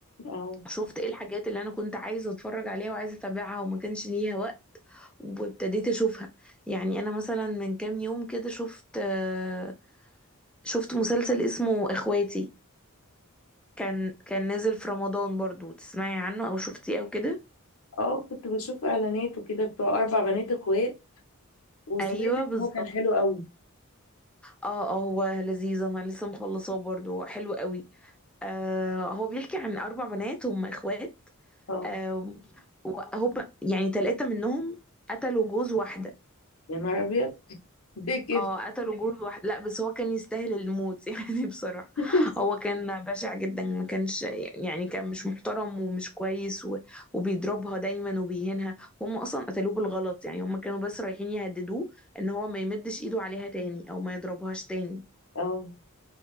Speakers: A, on the left; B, in the centre.
A: أه
B: شفت ايه الحاجات اللي انا كنت عايزه اتفرج عليها وعايزه اتابعها وما كانش ليها وقت وابتديت اشوفها يعني انا مثلا من كام يوم كده شفت آه، شفت مسلسل اسمه اخواتي كان كان نازل في رمضان برضو تسمعي عنه او شفتيه او كده
A: أه كنت بشوف إعلانات وكده بتوع أربع بنات إخوات وسمعت
B: ايوه
A: إن
B: بالظبط
A: هو كان حلو قوي
B: اه اه هو لذيذ انا لسه مخلصاه برضو حلو قوي آه هو بيحكي عن أربع بنات هم إخوات
A: أه
B: آه وهم يعني تلاتة منهم قتلوا جوز واحدة
A: يا نهار أبيض ليه كده
B: اه قتلوا جوز واحدة لا بس هو كان يستاهل الموت <laughs> يعني بصراحة
A: <laughs>
B: هو كان بشع جدا ما كانش يعني كان مش محترم ومش كويس و... وبيضربها دايما وبيهينها هم أصلا قتلوه بالغلط يعني هم كانوا بس رايحين يهددوه إن هو ما يمدش إيده عليها تاني أو ما يضربهاش تاني
A: أه